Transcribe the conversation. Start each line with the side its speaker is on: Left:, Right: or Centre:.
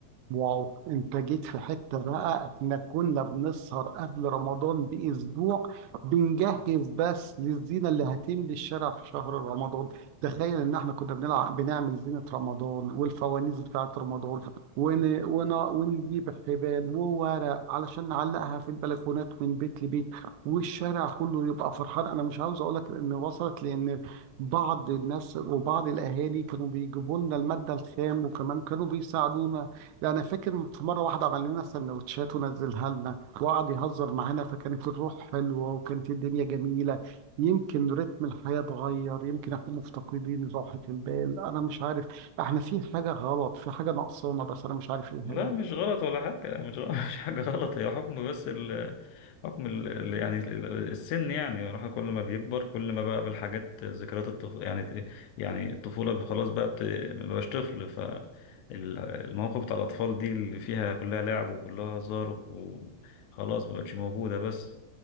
Right: واو انت جيت في حتة بقى احنا كنا بنسهر قبل رمضان باسبوع بنجهز بس للزينة اللي هتملي الشارع في شهر رمضان تخيل ان احنا كنا بنلعب بنعمل زينة رمضان والفوانيس بتاعة رمضان ون... ون... ونجيب حبال وورق علشان نعلقها في البلكونات من بيت لبيت والشارع كله يبقى فرحان انا مش عاوز اقول لك ان وصلت لان بعض الناس وبعض الاهالي كانوا بيجيبوا لنا المادة الخام وكمان كانوا بيساعدونا يعني فاكر في مرة واحدة عمل لنا سندوتشات ونزلها لنا وقعد يهزر معانا فكانت الروح حلوة وكانت الدنيا جميلة يمكن رتم الحياة اتغير يمكن احنا مفتقدين راحة البال أنا مش عارف احنا في حاجة غلط في حاجة ناقصانا بس أنا مش عارف ايه
Left: لا
Right: هي
Left: مش غلط ولا حاجة يعني، مش غلط <laughs> مش حاجة غلط هي حكم بس ال حكم ال ال- يعني ال- ال- السن يعني الواحد كل ما بيكبر كل ما بقى بالحاجات ذكريات الطف... يعني يعني الطفولة خلاص بقى بت... ما بقاش طفل فالمواقف بتاع الأطفال دي اللي فيها كلها لعب وكلها هزار و- وخلاص ما بقتش موجودة بس